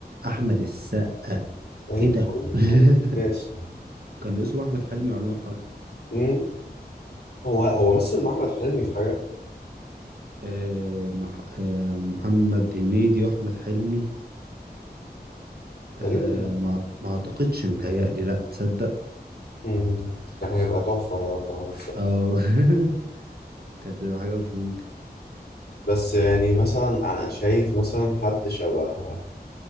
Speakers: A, on the right; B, on the left.
A: احمد السقا
B: اي
A: ايه ده
B: كل
A: <laughs>
B: كل الناس
A: كان اسمه احمد حلمي وعلينا الحرب
B: مم. هو هو مثل مع احمد حلمي في حاجه
A: آه، مح... آه، محمد هنيدي واحمد حلمي آه،
B: تقريبا لا
A: ما ما اعتقدش متهيألي لا تصدق
B: مم. كان هيبقى تحفه ده لو كان عمل
A: اه <laughs> كانت تبقى حاجة مش ممكن
B: بس يعني مثلا أنا شايف مثلا حد شبه